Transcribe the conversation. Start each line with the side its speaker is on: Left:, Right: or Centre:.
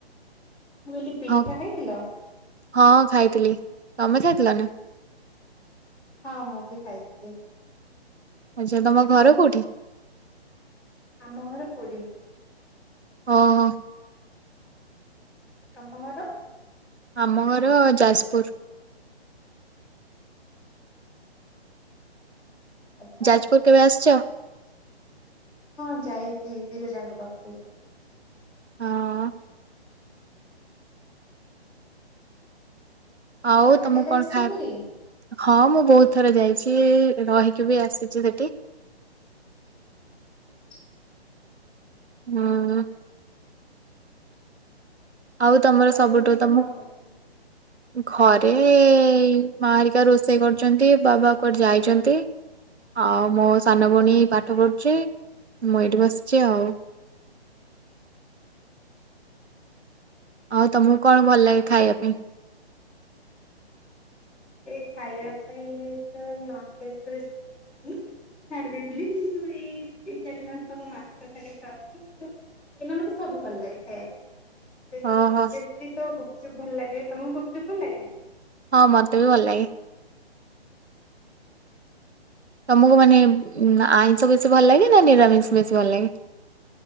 Centre: ମୁଁ କହିଲି, ପିଠା
Right: ହଁ
Centre: ଖାଇଥିଲ?
Right: ହଁ ଖାଇଥିଲି। ତମେ ଖାଇଥିଲ ନା?
Centre: ହଁ, ମୁଁ ବି ଖାଇଥିଲି।
Right: ଆଚ୍ଛା। ତମ ଘର
Centre: ଆଉ
Right: କୋଉଠି?
Centre: ଆମ ଘର ପୁରୀ।
Right: ଓହୋ।
Centre: ତମ ଘର?
Right: ଆମ ଘର ଯାଜପୁର।
Centre: ଓୁ ହୋଁ ହଜ
Right: ଯାଜପୁର କେବେ ଆସିଛ?
Centre: ହଁ ଯାଇଛି, ବିରଜାଙ୍କ ପାଖକୁ ଯାଇଛି।
Right: ହଁ। ଆଉ
Centre: ତମେ
Right: ତମକୁ
Centre: କେବେ
Right: କଣ
Centre: ଆସିଛ
Right: ଖାଇବା
Centre: ପୁରୀ
Right: ହଁ ମୁଁ ବହୁତ ଥର ଯାଇଛି, ରହିକି ବି ଆସିଛି ସେଠି।
Centre: ଆଚଛା
Right: ହୁଁ। ଆଉ ତମର
Centre: ଘରେ
Right: ସବୁଠୁ
Centre: ସମସ୍ତେ
Right: ତମୁକୁ
Centre: କଣ କରୁଛନ୍ତି?
Right: ଘରେ ଏ ମାଆ ହେରିକା ରୋଷେଇ କରୁଛନ୍ତି, ବାବା କୁଆଡେ ଯାଇଚନ୍ତି ଆଉ ମୋ ସାନ ଭଉଣୀ ପାଠ ପଢ଼ୁଛି, ମୁଁ ଏଇଠି ବସିଛି ଆଉ।
Centre: ହ
Right: ଆଉ ତମୁକୁ କଣ ଭଲ ଲାଗେ ଖାଇଆ ପାଇଁ?
Centre: ଏଇ ଖାଇବା ପାଇଁ ଏଇ ତ ନନଭେଜ ତ ବେଶୀ ଖାଉନି ଛାଡି ଦେଇଥିଲି, କିନ୍ତୁ ଏଇ ଦି ଚାରି ମାସ ହବ ମାଛ ଖାଲି ଖାଉଛି କିନ୍ତୁ ଏଇନା ମତେ ସବୁ ଭଲ ଲାଗେ ଖାଇଆକୁ। ବେଶୀ
Right: ଓହୋ।
Centre: ବେଶୀ ତ ଗୁପଚୁପ ଭଲ ଲାଗେ। ତମକୁ ଗୁପଚୁପ୍ ଭଲ ଲାଗେ?
Right: ହଁ, ମତେ ବି ଭଲ ଲାଗେ। ତମକୁ ମାନେ ଉମ୍ ଆଇଁଷ ବେଶୀ ଭଲ ଲାଗେ, ନା ନିରାମିଷ ବେଶୀ ଭଲ ଲାଗେ?